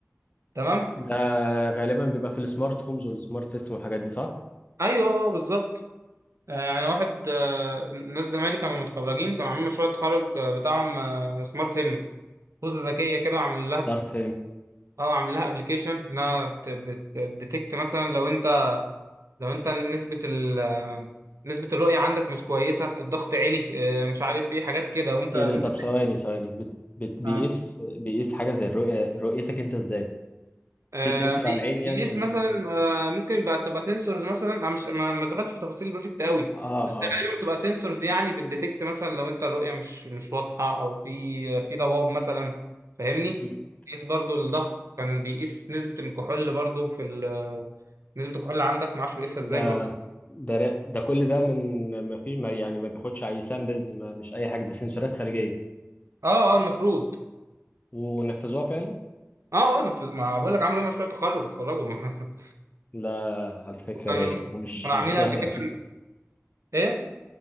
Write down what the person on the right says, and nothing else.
تمام
ايوه آه، بالظبط آه، يعني واحد آه، ناس زمايلي كانوا متخرجين كانوا عاملين مشروع التخرج آه، بتاعهم سمارت هيلمت بوزة ذكية كده عامل
اه عامل لها ابلكيشن انها بت- بت- بتديتكت مثلا لو انت لو انت نسبة ال نسبة الرؤية عندك مش كويسة الضغط عالي آه، مش عارف ايه حاجات كده وانت
وانت
اه
آه،
بي-
بيقيس
مثلا
آه، ممكن بقى تبقى سنسورز مثلا انا مش ما ما دخلتش في تفاصيل البروجكت قوي
بس
غالبا بتبقى سنسورز يعني بتديتكت مثلا لو انت الرؤية مش مش واضحة او في في ضباب مثلا فاهمني
بيقيس برضو الضغط كان بيقيس نسبة الكحول برضو في ال- نسبة الكحول اللي عندك معرفش بيقيسها ازاي
برضو
اه اه المفروض
اه اه أنا في- ما بقول لك عملوا مشروع تخرج اتخرجوا <laughs>
كانوا
كانوا
عاملين
ابلكيشن
ايه